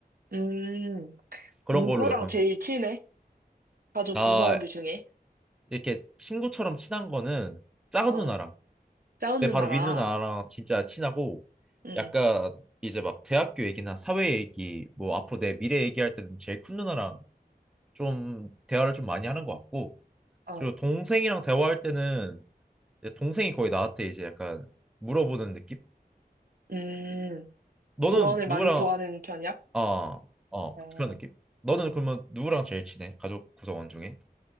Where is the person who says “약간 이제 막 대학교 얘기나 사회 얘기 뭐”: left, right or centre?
Centre